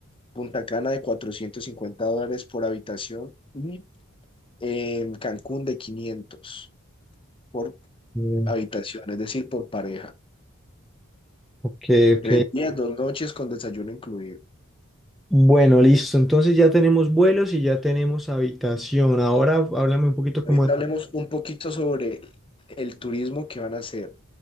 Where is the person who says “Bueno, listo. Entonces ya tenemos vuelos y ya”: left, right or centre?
Centre